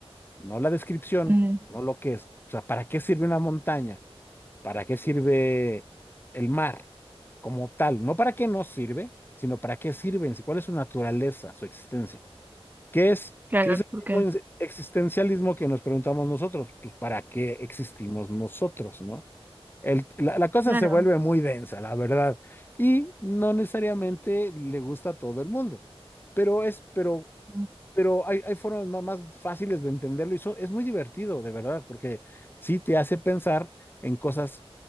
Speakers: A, on the left (about 20°); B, on the right (about 15°).
A: no la descripción,
B: mm,
A: no lo que es. O sea, ¿para qué sirve una montaña? ¿Para qué sirve el mar como tal? No para qué nos sirve, sino para qué sirven, cuál es su naturaleza, su existencia. ¿Qué es,
B: claro,
A: qué es el
B: porque,
A: mismo ins- existencialismo que nos preguntamos nosotros? Pues, ¿para qué existimos nosotros, no? El- la, la cosa
B: claro.
A: se vuelve muy densa, la verdad, y no necesariamente le gusta a todo el mundo, pero es, pero,
B: mm,
A: pero hay, hay formas ma- más fáciles de entenderlo y eso es muy divertido, de verdad, porque sí te hace pensar en cosas